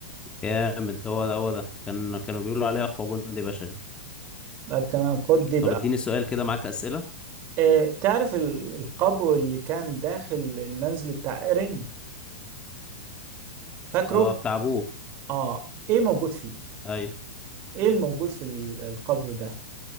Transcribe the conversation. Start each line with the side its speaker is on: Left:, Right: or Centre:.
Left: جامد هو ده هو ده كان كانوا بيقولوا عليه اقوى جندي بشري
Right: طب تمام خد دي بقى
Left: طب اديني سؤال كده معاك اسئلة
Right: آه تعرف ال- القبو اللي كان داخل المنزل بتاع ايرين فاكره
Left: اه بتاع ابوه
Right: اه ايه موجود فيه
Left: ايوه
Right: ايه الموجود في ال- القبر ده